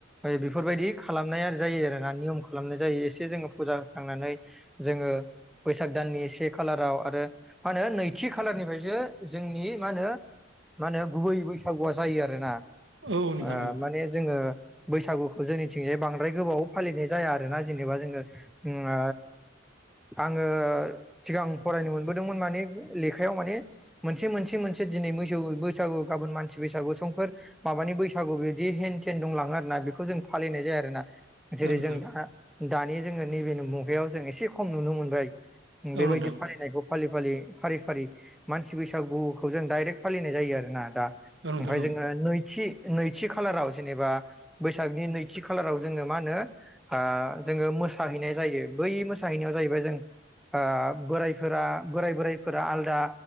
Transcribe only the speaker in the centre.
बेफोरबायदि खालामनाय जायो आरो ना नियम खालामनाय जायो एसे जोङो फुजा होस्रांनानै जोङो बैसाग दाननि से खालाराव आरो मा होनो नैथि खालारनिफ्रायसो जोंनि मा होनो मा होनो गुबै बैसा गुवा जायो आरो ना
ओ
माने जोङो बैसागुखौ जोंनिथिंजाय बांद्राय गोबाव फालिनाय जाया आरोना जेनेबा जोङो ओ आङो सिगां फरायनो मोनबोदोंमोन माने लेखायाव माने मोनसे मोनसे मोनसे दिनैै मोसौ बैसागु गाबोन मानसि बैसागु समफोर माबानि बैसागु बिदि हेन थेन दंलाङो आरोना बेखौ जों फालिनाय जायो आरोना जेरै
जों दा दानि जोङो नैबे मुगायाव जों एसे खम नुनो मोनबाय
बेबायदि
फालिनायखौ फालि फालि फारि फारि मानसि बैसागुखौ जों डाइरेक्ट फालिनाय जायो आरो ना दा ओमफाय
जोङो नैथि नैथि खालाराव जेनेबा बैसागनि नैथि खालाराव जोङो मा होनो आ जोङो मोसाहैनाय जायो बै मोसाहैनायाव जाहैबाय जों आ बोरायफोरा बोराय बोराइफोरा आलदा